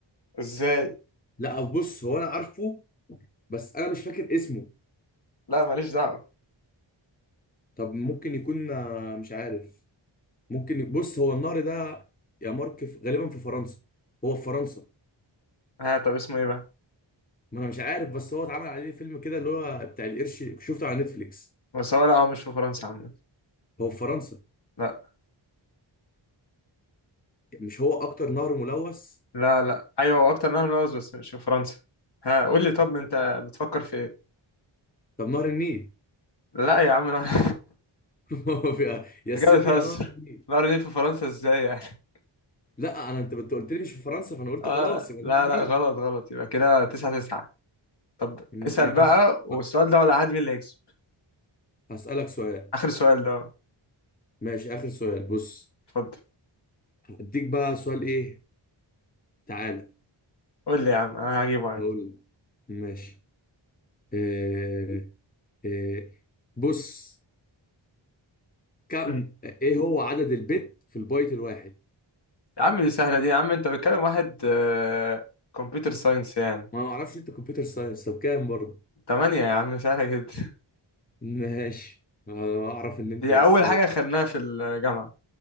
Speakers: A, on the left (about 60°); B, on the left (about 20°).
A: ازاي
B: لا أو بص هو انا عارفه بس انا مش فاكر اسمه
A: لا ماليش دعوة
B: طب ممكن يكون آه، مش عارف ممكن ي- بص هو النهر ده يا مارك في- غالبا في فرنسا هو في فرنسا
A: ها طب اسمه ايه بقى
B: ما انا مش عارف بس هو اتعمل عليه فيلم كده اللي هو بتاع القرش شفته على نتفليكس
A: بس هو لا هو مش في فرنسا عامة
B: هو في فرنسا
A: لا
B: مش هو اكتر نهر ملوث
A: لا لا ايوه هو اكتر منها ملوز بس مش في فرنسا ها قول لي طب انت بتفكر في ايه
B: طب نهر النيل
A: لا يا عم انا <laughs>
B: <laughs> هو في- يا
A: انت
B: السن
A: كده بتهزر
B: يا نهر النيل
A: نهر النيل في فرنسا ازاي يعني
B: لا انا انت بت- قلت لي مش في فرنسا فانا قلت
A: اه
B: خلاص يبقى
A: لا
B: نهر
A: لا لا،
B: النيل
A: غلط غلط يبقى كده تسعة تسعة طب
B: ماشي
A: اسأل بقى والسؤال
B: بقى
A: ده ولا حد مين اللي هيكسب
B: هسألك سؤال
A: اخر سؤال ده
B: ماشي آخر سؤال بص
A: اتفضل
B: اديك بقى سؤال ايه تعالى
A: قول لي يا عم انا هجيبه عادي
B: هقول لك. ماشي إيه إيه بص كم
A: مم.
B: ايه هو عدد البت في البايت الواحد
A: يا عم دي سهلة دي يا عم انت بتكلم واحد آه، كمبيوتر ساينس يعني
B: ما أنا ما اعرفش انت كمبيوتر ساينس طب كام برضه
A: تمانية يا عم سهلة جدا
B: ماشي أنا اعرف ان انت
A: دي
B: بس
A: اول حاجة خدناها في الجامعة